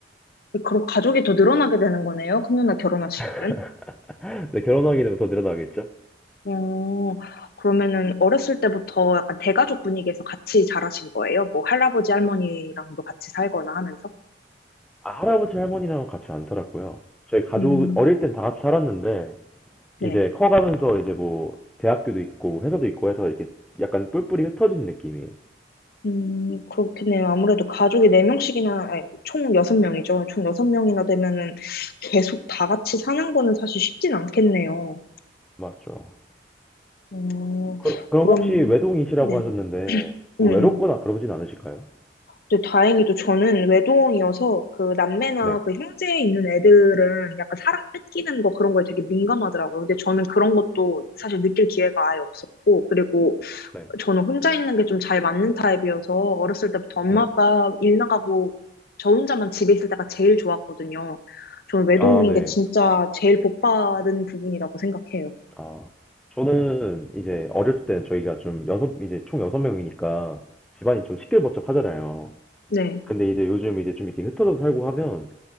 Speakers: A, on the left; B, in the centre.
A: 그럼 가족이 더 늘어나게 되는 거네요. 큰 누나 결혼하시면은.
B: <laughs> 네, 결혼하게 되면 더 늘어나겠죠?
A: 어, 그러면은 어렸을 때부터 약간 대가족 분위기에서 같이 자라신 거예요? 뭐 할아버지 할머니랑도 같이 살거나 하면서?
B: 아, 할아버지 할머니랑 같이 안 살았고요. 저희 가족
A: 음,
B: 어릴 땐 다 같이 살았는데
A: 네.
B: 이제 커가면서 이제 뭐 대학교도 있고 뭐 회사도 있고 해서 이렇게 약간 뿔뿔이 흩어진 느낌이에요.
A: 음, 그렇겠네요. 아무래도 가족이 네명씩이나 아니, 총 여섯 명이죠총 여섯 명이나 되면은 계속 다 같이 사는 거는 사실 쉽진 않겠네요.
B: 맞죠.
A: 어,
B: 그럼, 그럼
A: 그럼,
B: 혹시 외동이시라고
A: 네.
B: 하셨는데 뭐
A: 음, 음.
B: 외롭거나 그러진 않으실까요?
A: 근데 다행히도 저는 외동이어서 그 남매나
B: 네,
A: 그 형제 있는 애들은 약간 사랑 뺏기는 거 그런 거에 되게 민감하더라고요. 근데 저는 그런 것도 사실 느낄 기회가 아예 없었고, 그리고
B: 네,
A: 저는 혼자 있는 게 좀 잘 맞는 타입이어서 어렸을 때부터 엄마
B: 네.
A: 아빠 일 나가고 저 혼자만 집에 있을 때가 제일 좋았거든요. 저는 외동인
B: 아, 네.
A: 게 진짜 제일 복 받은 부분이라고 생각해요.
B: 아, 저는 이제 어렸을 땐 저희가 좀 여섯 이제 총 여섯 명이니까 집안이 좀 시끌벅적하잖아요.
A: 네.
B: 근데 이제 요즘 이제 좀 이렇게 흩어져 살고 하면